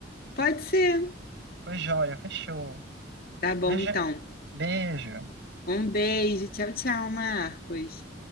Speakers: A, on the left; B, on the right.
A: Pode ser.
B: Foi joia, fechou.
A: Tá bom,
B: Beijo.
A: então.
B: Beijo.
A: Um beijo. Tchau, tchau, Marcos.